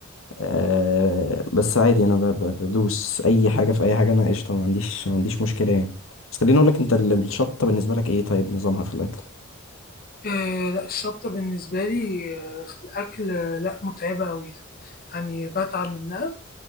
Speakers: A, on the left; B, on the left.
A: أه بس عادي انا ب- ب- بدوس اي حاجه في اي حاجه انا قشطه ما عنديش ما عنديش مشكله يعني بس خليني اقول لك انت ال- الشطه بالنسبه لك ايه طيب نظامها في الاكل
B: آه لا الشطة بالنسبة لي آه في الأكل آه لا متعبة أوي يعني يعني بتعب منها